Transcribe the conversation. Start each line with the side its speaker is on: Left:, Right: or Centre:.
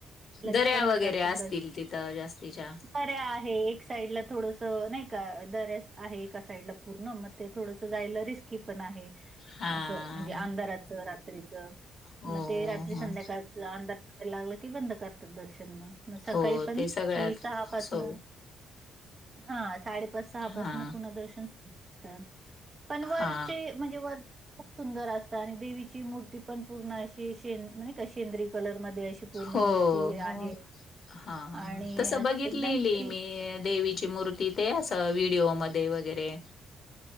Right: लगेच
Left: दर्या
Right: बंद
Left: वगैरे
Right: करतात
Left: असतील
Right: दर्शन.
Left: तिथं जास्तीच्या
Right: दऱ्या एक साईड थोडस नाही का दऱ्या आहे एका साईडला पूर्ण मग ते थोडस जाय म्हण आार
Left: हा
Right: र्रीच
Left: हो
Right: मग ते रात्री
Left: हो
Right: संध्याकाळच आंधार लागलं की बंद करतात दर्शन मग मग सकाळी
Left: हो
Right: पण
Left: ते सगळ्यात
Right: कि सहा पाासन
Left: सो
Right: हा साडेपाच सहा पासून
Left: हा
Right: पुन्हा दर्शन सुरूात पण
Left: हा
Right: वरचे म्हणजे वर खूप सुंदर असतात आणि देवीची मूर्ती पण पूर्ण अशी शे म्ह क सेंद्रिक कलर म अशी पूर्ण
Left: हो
Right: मूर्ती
Left: हो
Right: आहे
Left: हा
Right: आणि एकदम
Left: तसं बघितलेली
Right: ते
Left: मी देवीची मूर्ती ते अस व्हिडिओमध्ये वगैरे